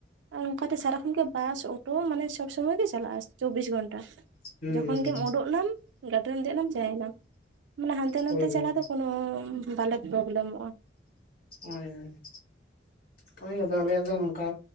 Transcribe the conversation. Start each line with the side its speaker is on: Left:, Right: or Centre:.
Right: ᱟᱨ ᱚᱱᱠᱟᱛᱮ ᱥᱟᱨᱟᱠᱷᱚᱱᱜᱮ ᱵᱟᱥ ᱚᱴᱳ ᱢᱟᱱᱮ ᱥᱚᱵᱽ ᱥᱚᱢᱚᱭ ᱜᱮ ᱪᱟᱞᱟᱜᱼᱟ ᱪᱚᱵᱽᱵᱤᱥ ᱜᱷᱚᱱᱴᱟ᱾
Left: ᱦᱩᱸ
Right: ᱡᱚᱠᱷᱚᱱ
Left: ᱦᱩᱸ
Right: ᱜᱮᱢ ᱩᱰᱩᱠ ᱱᱟᱢ ᱜᱟᱹᱰᱤ ᱨᱮᱢ ᱫᱮᱡ ᱮᱱᱟᱢ ᱪᱟᱭᱱᱟᱢ ᱢᱟᱱᱮ ᱦᱟᱱᱛᱮ ᱱᱟᱛᱮ
Left: ᱦᱳᱭ ᱦᱳᱭ
Right: ᱪᱟᱞᱟ ᱫᱚ ᱠᱳᱚᱱᱳ ᱵᱟᱞᱮ ᱯᱨᱚᱵᱞᱮᱢᱚᱜᱼᱟ᱾
Left: ᱦᱳᱭ ᱦᱳᱭ, ᱦᱳᱭ ᱟᱫᱚ ᱟᱞᱮᱭᱟᱜ ᱫᱚ ᱱᱚᱝᱠᱟ